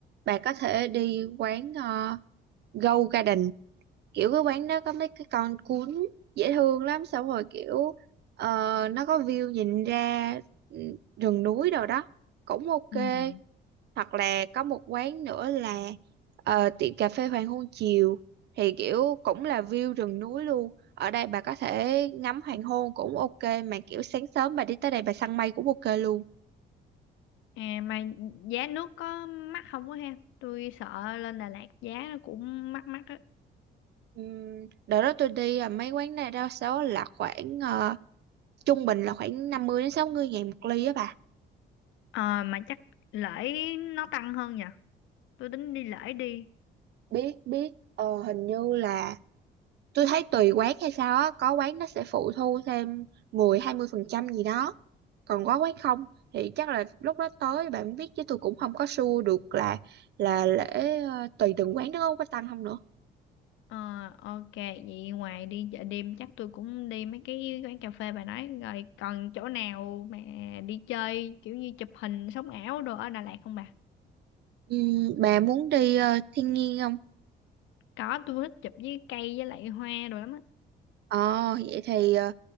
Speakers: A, on the right; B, on the left.
A: bà có thể đi quán uh, Go Garden kiểu cái quán đó có mấy cái con cún dễ thương lắm xong rồi kiểu ờ, nó có view nhìn ra ừ, rừng núi đồ đó cũng ok
B: Ừ.
A: hoặc là có một quán nữa là ờ, tiệm cà phê hoàng hôn chiều thì kiểu cũng là view rừng núi luôn ở đây bà có thể ngắm hoàng hôn cũng ok mà kiểu sáng sớm bà đi tới đây bà săn mây cũng ok luôn
B: À mà giá nước có mắc không quá ha? Tôi sợ lên Đà Lạt giá nó cũng mắc mắc á.
A: Ừm, đợt đó tôi đi à, mấy quán này đa số là khoảng ờ, trung bình là khoảng 50 đến 60 ngàn một ly á bà
B: Ờ mà chắc lễ nó tăng hơn nhỉ? Tôi tính đi lễ đi.
A: biết biết ờ, hình như là tôi thấy tùy quán hay sao á có quán nó sẽ phụ thu thêm mười hai mươi phần trăm gì đó còn có quán không thì chắc là lúc đó tới bạn biết chứ tôi cũng không có sure được là là lễ ờ, tùy từng quán nó có tăng không nữa
B: Ờ, ok vậy ngoài đi chợ đêm chắc tôi cũng đi mấy cái quán cà phê bà nói rồi còn chỗ nào mà đi chơi kiểu như chụp hình sống ảo đồ ở Đà Lạt không bà
A: Ừm, bà muốn đi ờ, thiên nhiên không
B: có tôi thích chụp với cây với lại hoa đồ lắm á
A: ờ vậy thì ờ,